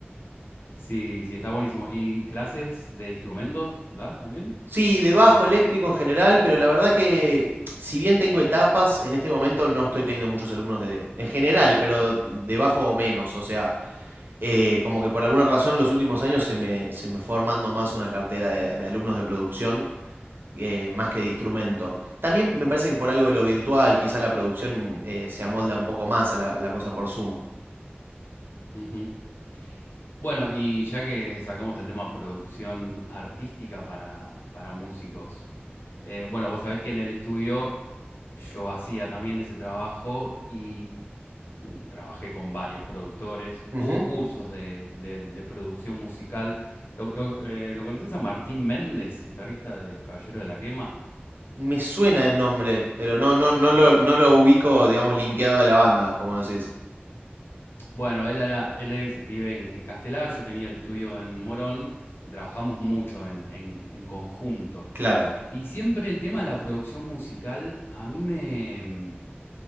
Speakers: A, on the left (about 70°); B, on the right (about 60°).
A: sí, sí, está buenísimo. ¿Y clases de instrumentos das también?
B: Sí, de bajo eléctrico en general, pero la verdad que si bien tengo etapas, en este momento no estoy teniendo muchos alumnos de, en general, pero de bajo o menos. O sea, Eh, como que por alguna razón en los últimos años se me, se me fue armando más una cartera de, de alumnos de producción eh, más que de instrumento. También me parece que por algo de lo virtual, quizá la producción eh, se amolda un poco más a la, a la cosa por Zoom.
A: Ujú. Bueno, y ya que sacamos el tema producción artística para, para músicos, eh, bueno, vos sabés que en el estudio yo hacía también ese trabajo y mm, trabajé con varios productores,
B: Ujú.
A: hubo cursos de, de- de producción musical. ¿Lo, lo- eh, ¿lo conoces a Martín Méndez, guitarrista de Los Caballeros de la Quema?
B: Me suena el nombre, pero no, no, no lo, no lo ubico, digamos, linkeado de la banda, como decís.
A: Bueno, él, era, él es, vive en, en Castelar, yo tenía el estudio en Morón y trabajamos mucho en, en- en conjunto.
B: Claro.
A: Y siempre el tema de la producción musical a mí me, mm,